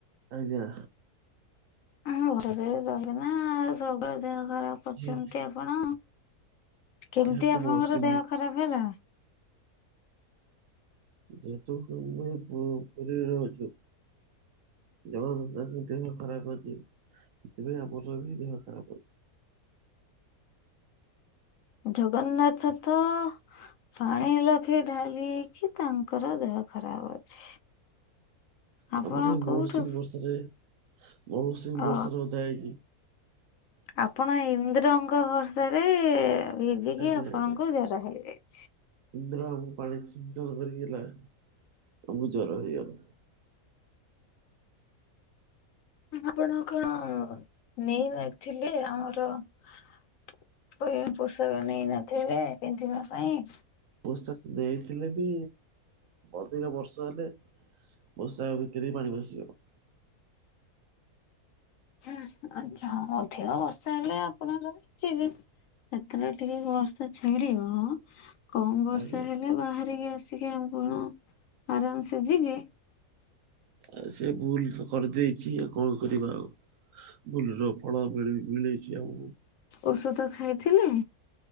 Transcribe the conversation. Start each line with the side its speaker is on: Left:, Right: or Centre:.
Right: ଆଜ୍ଞା।
Left: ଆମ ଘରେ ରହିକିନା ସବୁବେଳେ ଦେହ ଖରାପ କରିୁଛନ୍ତି
Right: ଯେହେ-
Left: ଆଉ। ଆପଣ କେମିତି
Right: ଯେହେତୁ
Left: ଆପଣଙ୍କର
Right: ମୋ ସେ
Left: ଦେହ ଖରାପ ହେଲା।
Right: ଯେହେତୁ <unintelligible> ପୁରୀ ରେ ରହୁଚି। ଜଗନ୍ନାଥଙ୍କ ଦେହ ଖରାପ ଅଛି, ସେଥିପାଇଁ ଆମର ବି ଦେହ ଖରାପ ଅଛି।
Left: ଜଗନ୍ନାଥ ତ ପାଣି ଲଖେ ଢାଳିହେଇକି ତାଙ୍କର ଦେହ ଖରାପ ଅଛି। ଆପଣ
Right: ତାପରେ
Left: କୋଉଠୁ
Right: ମଉସୁମୀ ବର୍ଷାରେ ମଉସୁମୀ
Left: ଅ
Right: ବର୍ଷାରେ ଓଦା ହେଇଚି।
Left: ଆପଣ ଇନ୍ଦ୍ରଙ୍କ ଭର୍ଷାରେରେ ଭିଜିକି
Right: ଆଜ୍ଞା
Left: ଆପଣଙ୍କୁ
Right: ଆଜ୍ଞା
Left: ଜର ହେଇଯାଇଚି।
Right: ଇନ୍ଦ୍ର ଆମକୁ ପାଣି ଛିଞ୍ଚନ କରିକି ହେଲା ଆମକୁ ଜର ହେଇଗଲା।
Left: ଆପଣ କଣ ନେଇ ଯାଇଥିଲେ ଆମର <unintelligible> ପୋଷାକ ନେଇ ନଥିବେ ପିନ୍ଧିବା ପାଇଁ।
Right: ପୋଷାକ ନେଇଥିଲେବି ଅଧିକ ବର୍ଷା ହେଲେ ବର୍ଷା ହେବା ଭିତରେ ପାଣି ପସିଯିବ।
Left: ହୁଁ ଆଛା ହଁ ଅଧିକ ବର୍ଷା ହେଲେ ଆପଣ ଯିବେ। ଯେତେବେଳେ ଟିକେ ବର୍ଷା ଛିଡିବ। କମ ବର୍ଷା
Right: ଆଜ୍ଞା
Left: ହେଲେ ବାହାରିକି ଆସିକି ଆଉ କଣ ଆରାମ ସେ ଯିବେ।
Right: ଆଉ ସେ ଭୁଲ ତ କରିଦେଇଚି ଆଉ କଣ କରିବା ଆଉ। ଭୁଲର ଫଳ ମିଳି ମିଳିଚି ଆମକୁ।
Left: ଔଷଧ ଖାଇଥିଲେ।